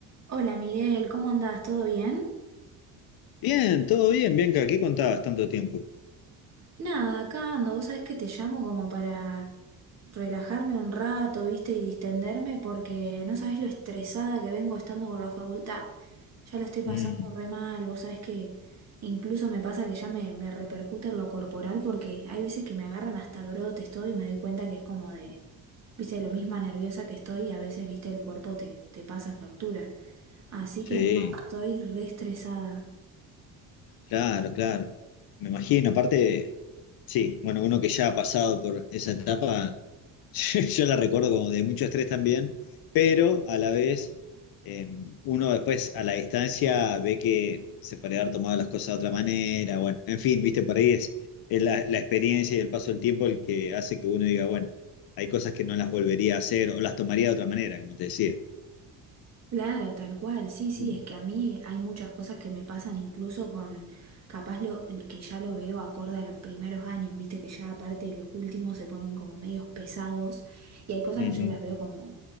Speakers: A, on the right (about 35°); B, on the left (about 55°).
A: Hola Miguel, ¿cómo andás? ¿Todo bien?
B: Bien, todo bien, Bianca, ¿qué contabas tanto tiempo?
A: Nada, acá ando. Vos sabés que te llamo como para relajarme un rato, ¿viste? Y distenderme porque no sabés lo estresada que vengo estando con la facultad. Ya la estoy pasando
B: Mm,
A: re mal. Vos sabés que incluso me pasa que ya me, me repercute en lo corporal porque hay veces que me agarran hasta brotes todo y me doy cuenta que es como de, viste, lo misma nerviosa que estoy y a veces, viste, el cuerpo te, te pasa factura. Así
B: sí,
A: que no, estoy re estresada.
B: claro, claro. Me imagino, aparte, sí, bueno, uno que ya ha pasado por esa etapa, <laughs> yo yo la recuerdo como de mucho estrés también, pero a la vez eh, uno después a la distancia ve que se puede haber tomado las cosas de otra manera, bueno, en fin, viste, por ahí es, es la, la experiencia y el paso del tiempo el que hace que uno diga, bueno, hay cosas que no las volvería a hacer o las tomaría de otra manera, como te decía.
A: Claro, tal cual, sí, sí,
B: Mm.
A: es que a mí hay muchas cosas que me pasan incluso con, capaz lo, que ya lo veo acorde a los primeros años, viste que ya aparte los últimos se ponen como medios pesados y hay cosas
B: Ujú.
A: que yo las veo como